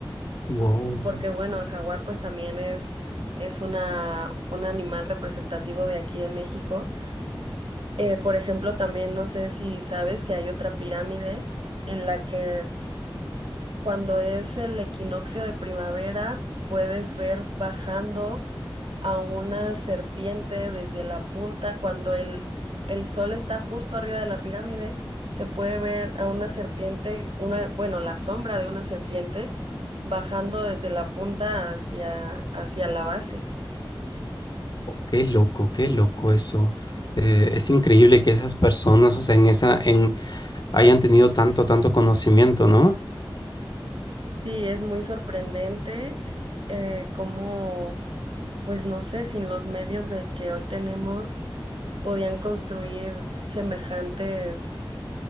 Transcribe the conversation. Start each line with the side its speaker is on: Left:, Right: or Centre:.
Left: Wow.
Right: porque bueno, el jaguar pues también es, es una, un animal representativo de aquí de México. Eh, por ejemplo, también no sé si sabes que hay otra pirámide en la que cuando es el equinoccio de primavera puedes ver bajando a una serpiente desde la punta, cuando el, el sol está justo arriba de la pirámide, se puede ver a una serpiente, una, bueno, la sombra de una serpiente bajando desde la punta hacia, hacia la base.
Left: Qué loco, qué loco eso. Eh, es increíble que esas personas, o sea, en esa, en, hayan tenido tanto, tanto conocimiento, ¿no?
Right: Sí, es muy sorprendente eh, cómo, pues no sé, sin los medios de que hoy tenemos, podían construir semejantes